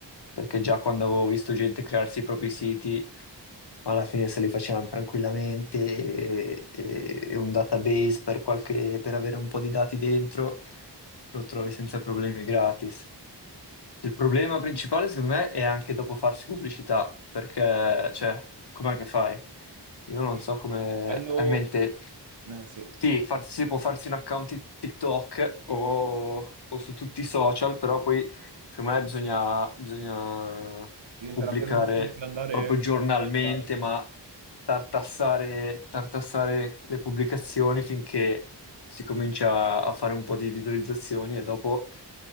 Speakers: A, on the left; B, on the right.
A: perché già quando avevo visto gente crearsi i propri siti, alla fine se li facevano tranquillamente e, e- e un database per qualche- per avere un po' di dati dentro, lo trovi senza problemi gratis. Il problema principale, secondo me, è anche dopo farsi pubblicità, perché, cioè, com'è che fai? Io non
B: Sì,
A: so come
B: Quello,
A: hai in mente.
B: eh, sì,
A: Sì, farsi- si può farsi un account di TikTok o, o su tutti i social, però poi, secondo me, bisogna, bisogna
B: diventa
A: pubblicare
B: davvero difficile andare
A: proprio giornalmente,
B: a Milano.
A: ma tartassare, tartassare le pubblicazioni finché si comincia a fare un po' di visualizzazioni e dopo